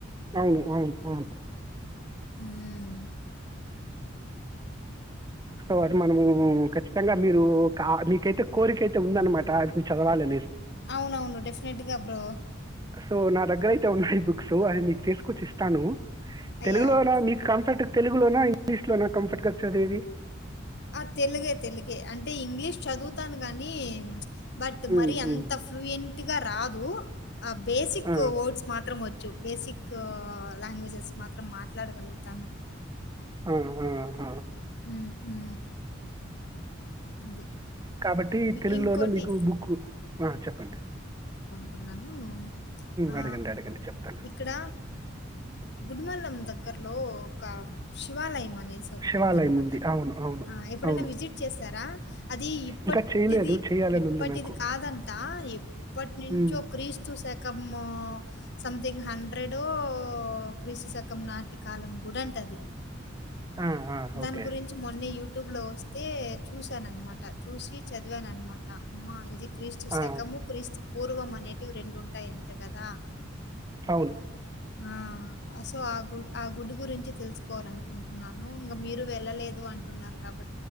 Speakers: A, on the right; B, on the left.
A: అవును అవును అవును
B: ఊమ్
A: సో అది మనము క ఖచ్చితంగా మీరు కా మీకైతే కోరిక అయితే ఉందనమాట అది మీరు చదవాలని
B: అవునవును డెఫినెట్ గా బ్రో
A: సో నా దగ్గర అయితే ఉన్నాయి బుక్స్ అవి మీకు తీసుకొచ్చి ఇస్తాను తెలుగులోనా
B: యాహ్!
A: మీకు కంఫర్ట్ తెలుగులోనా ఇంగ్లీష్ లోనా కంఫర్ట్ గా చదివేది
B: ఆ తెలుగే తెలుగే అంటే ఇంగ్లీష్ చదువుతాను గాని బట్
A: ఉమ్,
B: మరీ అంత
A: ఉమ్.
B: ఫ్లూయెంట్గా రాదు ఆ బేసిక్
A: ఆ,
B: వర్డ్స్ మాత్రం వొ చ్చు బేసిక్ లాంగ్వేజెస్ మాత్రం మాట్లాడగలుగుతాను
A: హ హ హ
B: ఉ ఊ అది
A: కాబట్టి తెలుగులోన
B: ఇంకోటి
A: మీకు బుక్కు అ చెప్పండి
B: కున్నాను
A: ఉమ్,
B: ఆ
A: అడగండి అడగండి చెప్తాను
B: ఇక్కడ గుడ్ మల్ లం దగ్గర్లో ఒక శివాలయం అ నేసి ఒకటుందనమాట
A: శివాలయం ఉంది అవును అవును
B: ఆ ఎప్పుడైనా
A: అవును
B: విజిట్ చేసారా అది
A: ఇంకా చేయలేదు
B: టిది
A: చేయాలని
B: ఇప్పటిది
A: ఉంది నాకు
B: కాదంట ఇప్పట్నించో
A: ఉమ్,
B: క్రీస్తు శకమూ సంథింగ్ హండ్రెడో క్రీస్తు శకం నాటి కాలం గుడంట అది <inaudible>
A: ఆ, ఆ,
B: దాని
A: ఓకే
B: గురించి మొన్నే యూ యూట్యూబ్ లో వస్తే చూసాననమాట చూసి చదివాను అనమాట అమ్మా ఇది క్రీస్తు
A: ఆ,
B: శకము క్రీస్తు పూర్వం అనేటివి రెండుంటాయంట కదా
A: అవును
B: ఆ అ సో ఆ గు ఆ గుడి గురించి తెలుసుకోవాల అనుకుంటున్నాను ను ఇంగ మీరు వెళ్ళలేదు అంటున్నారు కాబ